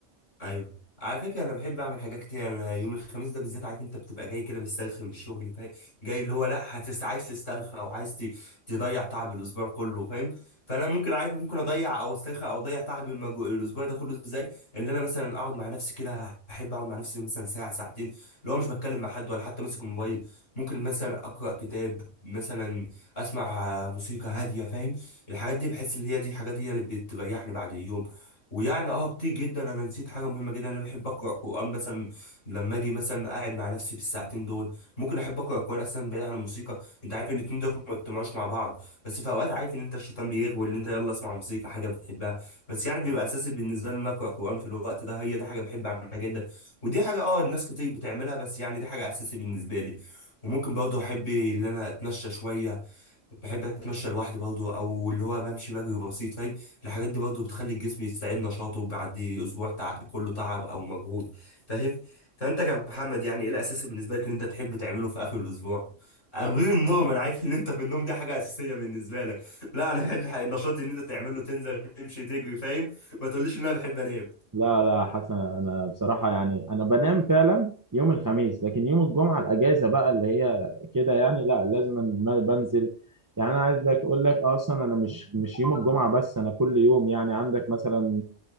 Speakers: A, on the left (about 85°); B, on the right (about 20°).
A: ايوه على فكره انا بحب اعمل حاجات كتير يعني انا يوم الخميس ده بالذات عارف انت بتبقى جاي كده مسترخي من الشغل فاهم جاي اللي هو لا هتس عايز تسترخي او عايز ت- تضيع تعب الاسبوع كله فاهم فانا ممكن عارف ممكن اضيع او استرخي او اضيع تعب المجو... الاسبوع ده كله ازاي اللي انا مثلا اقعد مع نفسي كده احب اقعد مع نفسي مثلا ساعه ساعتين اللي هو مش بتكلم مع حد ولا حتى ماسك الموبايل ممكن مثلا اقرا كتاب مثلا اسمع آه، موسيقى هاديه فاهم الحاجات دي بحس ان هي دي الحاجات هي اللي بتريحني بعد اليوم ويعني اه كتير جدا انا نسيت حاجه مهمه جدا انا بحب اقرا قران مثلا لما اجي مثلا قاعد مع نفسي في الساعتين دول ممكن احب اقرا قران اصلا بعيد عن الموسيقى انت عارف ان الاتنين دول ما بيجتمعوش مع بعض بس في اوقات عارف ان انت الشيطان بيغوي اللي انت يلا اسمع موسيقى حاجه بتحبها بس يعني بيبقى اساسي بالنسبه لي ان أنا اقرا قران في الوقت ده هي دي حاجه بحب اعملها جدا ودي حاجه اه الناس كتير بتعملها بس يعني دي حاجه اساسي بالنسبه لي وممكن برضه احب ان انا اتمشى شويه بحب اتمشى لوحدي برضه او اللي هو بمشي بجري بسيط فاهم الحاجات دي برضه بتخلي الجسم يستعيد نشاطه بعد اسبوع تع... كله تعب او مجهود فاهم فانت كمحمد يعني ايه الاساسي بالنسبه لك ان انت تحب تعمله في اخر الاسبوع آه، غير النوم انا عارف ان انت في النوم دي حاجه اساسيه بالنسبه لك لا انا بحب الح- النشاط اللي انت تعمله تنزل تمشي تجري فاهم ما تقوليش ان انا بحب انام
B: لا لا حسن انا بصراحة يعني انا بنام فعلا يوم الخميس لكن يوم الجمعة الاجازة بقى اللي هي كده يعني لا لازم أن- بنزل يعني انا عايز لك اقول لك اصلا انا مش مش يوم الجمعة بس انا كل يوم يعني عندك مثلا